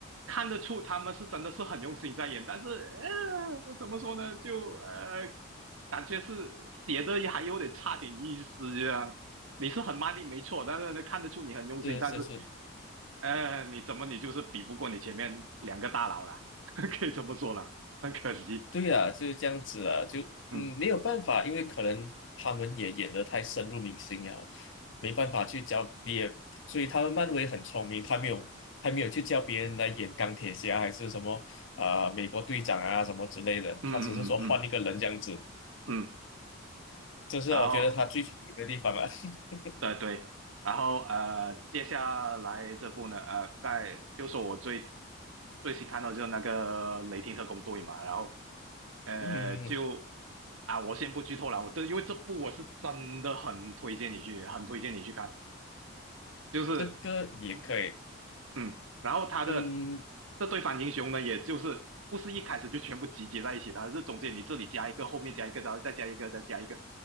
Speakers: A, on the right; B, on the left.
A: 看得出他们是真的是很用心在演，但是呃，怎么说呢，就呃，感觉是写的还有点差点意思这样。你是很卖力没错，但是呢，看得出你很用心，
B: 是是是，
A: 但是呃，你怎么你就是比不过你前面两个大佬啦，<laughs> 可以这么说啦，很可惜。
B: 对啊，就是这样子啊，就嗯没有办法，
A: 嗯
B: 因为可能他们也演得太深入民心啊，没办法去教别，所以他们漫威很聪明，他没有他没有去叫别人来演钢铁侠还是什么啊、呃美国队长啊什么之类的，
A: 嗯嗯嗯嗯
B: 他只是说换一个人这样子，
A: 嗯，嗯
B: 这是我觉得他最聪明的地方啊。
A: 然后。
B: <laughs>
A: 对对，然后呃，接下来这部呢，呃，盖就说我最最新看到就是那个雷霆特工队嘛，然后呃，
B: 嗯，
A: 就啊，我先不剧透了，我这因为这部我是真的很推荐你去，很推荐你去看，就是。
B: 这个也可以，
A: 嗯。嗯，然后他的
B: 嗯，
A: 这对反英雄呢，也就是不是一开始就全部集结在一起他是中间你这里加一个，后面加一个，然后再加一个，再加一个，